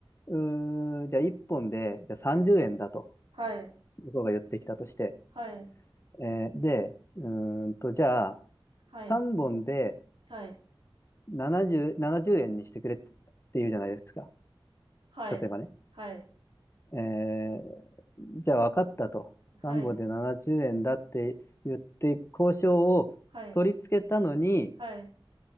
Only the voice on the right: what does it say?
はい。
はい。
はい、
はい、
はい、
はい、
はい、
はい、はい。